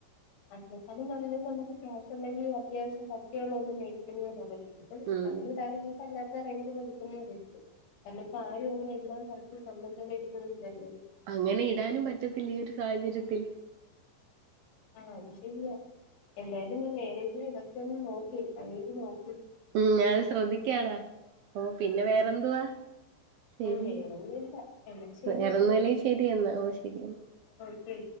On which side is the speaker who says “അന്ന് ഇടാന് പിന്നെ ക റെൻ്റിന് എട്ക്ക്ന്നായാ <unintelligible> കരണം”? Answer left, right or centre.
Left